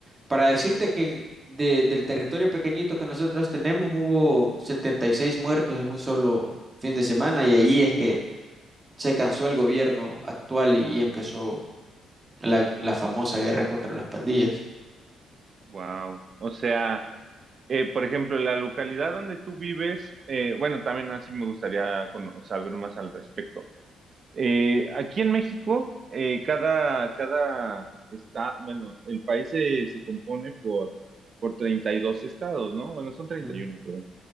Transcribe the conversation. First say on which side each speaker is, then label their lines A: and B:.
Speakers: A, on the right; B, on the right.
A: Para decirte que en- de- del territorio pequeñito que nosotros tenemos hubo 76 muertos en un solo fin de semana y ahí es que se cansó el gobierno actual y, y empezó la, la famosa guerra contra las pandillas.
B: Wow. O sea, eh, por ejemplo, la localidad donde tú vives, eh, bueno, también así me gustaría cono- saber más al respecto. Eh, aquí en México, eh, cada, cada está, bueno, el país se, se compone por, por 32 estados, ¿no? Bueno, son treinta
A: Ujú.
B: y uno, perdón.